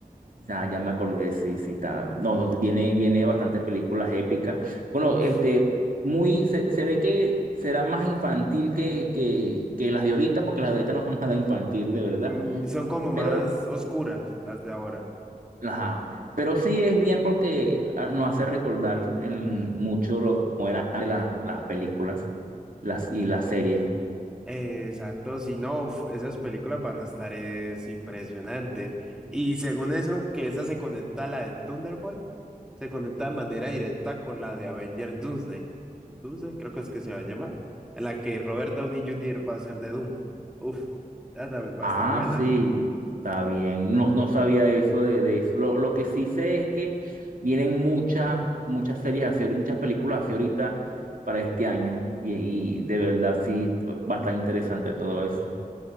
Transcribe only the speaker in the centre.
Uf.
Mm, son como más
oscuras las de ahora.
Exacto, si no, uf, esas películas van a estar es, impresionantes. Y según eso, que esa se conecta a la de Thunderbolt, se conecta de manera directa con la de Avengers Doomsday. Doomsday, creo que es que se va a llamar. En la que Robert Downey Jr. va a ser de Doom. Uf, esa también va
a estar buena.